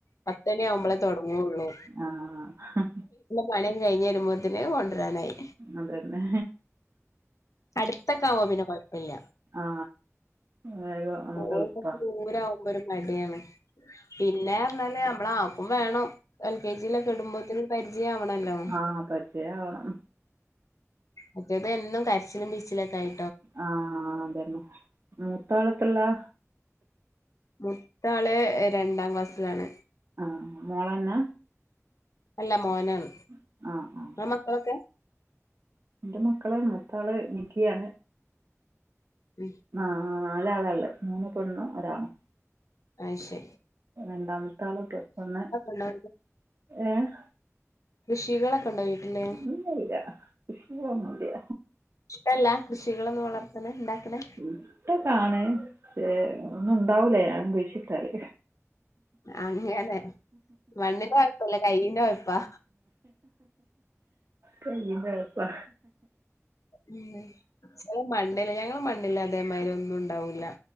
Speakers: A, on the left; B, on the right.
A: പത്തണ്യാവുമ്പളാ തൊട ങ്ങൊള്ളൂ
B: ആഹ്
A: പണ്യൊക്കെ കഴിഞ്ഞ് വെരുമ്പോത്തിന് കൊണ്ട്രാനായി.
B: അതെന്നെ
A: അട്ത്തൊക്കാവുമ്പൊ പിന്നെ കൊഴപ്പല്ല.
B: ആ വേഗം നമുക്ക്
A: പോവാ
B: എളുപ്പമാണ്
A: കൊർച്ച് ദൂരാവുമ്പൊരു മട്യാണ്. പിന്നെർഞ്ഞാല് അമ്മളാ ക്കും വേണം എൽ കെ ജി യിലൊക്കിടുമ്പോത്തിന് പരിചയവണല്ലോ
B: ആ പരിചയമാവണം
A: മറ്റേതെന്നും കരച്ചിലും പിഴിച്ചിലൊക്കായി
B: ആഹ് അതെന്നെ മുത്താളെത്രേലാ?
A: മൂത്താള് രണ്ടാം ക്ലാസ്സിലാണ്.
B: ആഹ് ആഹ് മോളെന്ന?
A: അല്ല മോനാണ്
B: ഉം ആഹ് ആഹ്
A: ഇങ്ങളെ മക്കളൊക്കെ
B: ഇന്റെ മക്കള് മൂത്താള് ഡിഗ്രിയാണ്.
A: ഉം
B: നാലാളല്ലേ മൂന്ന് പെണ്ണും ഒരാണും.
A: അയ് ശെരി
B: രണ്ടാമത്താള് പ്ലസ് വണ്ണ്.
A: ഉണ്ടോ
B: ഏഹ്
A: കൃഷികളൊക്കെണ്ടോ വീട്ടില്?
B: ഇല്ലല്ല കൃഷികളൊന്നുല്ല.
A: ഇഷ്ടല്ല കൃഷികളൊന്നും വളർത്ത്ണെ ഇണ്ടാക്ക്ണേ
B: ഇഷ്ട്ടൊക്കാണ് പക്ഷേ ഒന്നുണ്ടാവൂല ഞാൻ കുയ്ശ്ട്ടാല്
A: അങ്ങനെ മണ്ണിന്റെ കൊഴപ്പല്ലെ കൈയ്യിന്റെ കൊഴപ്പാ.
B: കയ്യിൻ്റെ കൊഴപ്പാ
A: ഉം ന്ന് ചെലെ മണ്ണില്ല ഞങ്ങളെ മണ്ണില്ലതേമാതിര്യൊന്നുണ്ടാവൂല്ല.